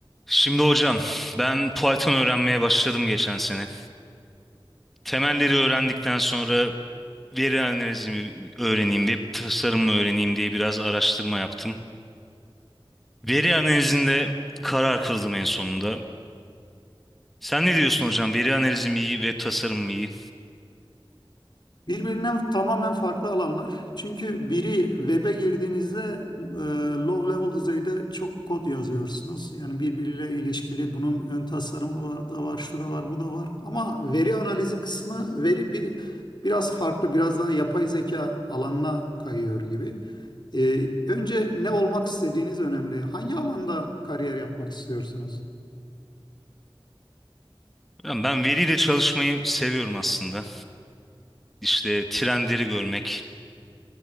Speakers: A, in the centre; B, on the left.
A: Şimdi hocam ben Python öğrenmeye başladım geçen sene. Temelleri öğrendikten sonra veri analizimi öğreneyim, web tasarımı öğreneyim diye biraz araştırma yaptım. Veri analizinde karar kıldım en sonunda. Sen ne diyorsun hocam? Veri analizi mi iyi, web tasarımı mı iyi?
B: Birbirinden tamamen farklı alanlar. Çünkü biri web'e girdiğinizde e, low level düzeyde çok kod yazıyorsunuz. Yani birbiriyle ilişkili bunun ön tasarımı var da var, şu da var, bu da var. Ama veri analizi kısmı veri bir, biraz farklı, biraz daha yapay zeka alanına kayıyor gibi. E, önce ne olmak istediğiniz önemli. Hangi alanda kariyer yapmak istiyorsunuz?
A: Hocam Ben veriyle çalışmayı seviyorum aslında. İşte trendleri görmek,